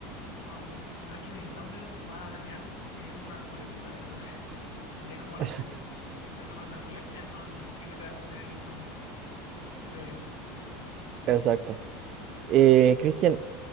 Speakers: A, on the left; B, on the right.
A: con noches de insomnio, vas a terminar teniendo narcolepsia también. Entonces, <laughs> tendrías como las
B: Exacto,
A: dos. En cambio, con narcolepsia no, no implica que vas a tener insomnio, creo yo.
B: exacto. Eh, Cristian,